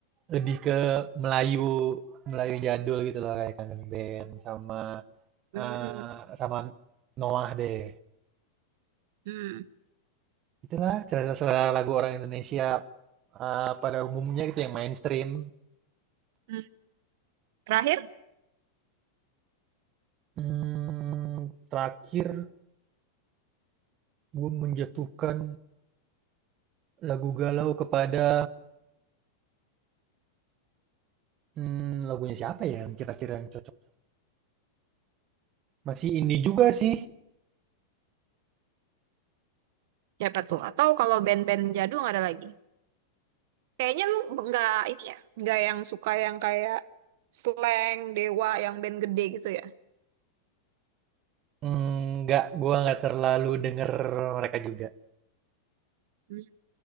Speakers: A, on the right; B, on the right.
A: lebih ke Melayu Melayu jadul gitu loh kayak Kangen Band sama
B: Hmm,
A: eh, sama Noah deh.
B: hmm,
A: itulah selera-selera lagu orang Indonesia eh, pada umumnya gitu yang mainstream.
B: hmm. Terakhir
A: Hmm, terakhir gue menjatuhkan lagu galau kepada hmm, lagunya siapa ya yang kira-kira yang cocok? Masih indie juga sih.
B: siapa tuh? Atau kalau band-band jadul nggak ada lagi? Kayaknya lu nggak ini ya, nggak yang suka yang kayak slang, dewa, yang band gede gitu ya.
A: Hmm, Nggak, gue nggak terlalu denger mereka juga.
B: Hmm.